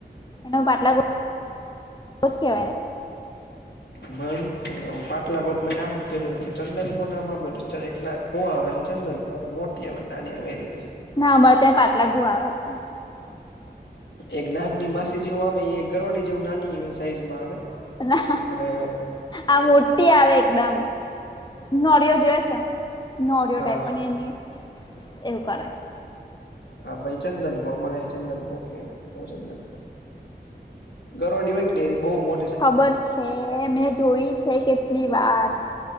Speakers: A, on the left (about 25°); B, on the left (about 80°).
A: એને પાટલા ઘો જ કહેવાય ને.
B: મને નથ ખબર આવુ. પાટલા ઘો ત મે નામ જ પેહલીવાર <unintelligible> ચંદન ઘો નામ હાંભળેલું એક હુ આવેને ચંદન ઘો આવે મોટી આવે નાની આવે એ રીતે.
A: ના, અમાર ત્યાં પાટલા ઘો આવે છે.
B: એક નાગની માસી જેવું આવે એ ગરોડી જેવું નાની વી સાઈઝમાં આવે.
A: ના,
B: અને
A: આ મોટી આવે એકદમ નોડીયો જોયો છે, નોડીયા
B: હા
A: ટાઈપ પણ એની શી એવુ કરે.
B: હા, ભઈ ચંદન ઘો, અમાર અહીંયા ચંદન ઘો કે એને ઘો ચંદન ઘો. ગરોડી હોય ક એની બઉ મો
A: ખબર છે, મેં જોઈ છે કે ટલીવાર,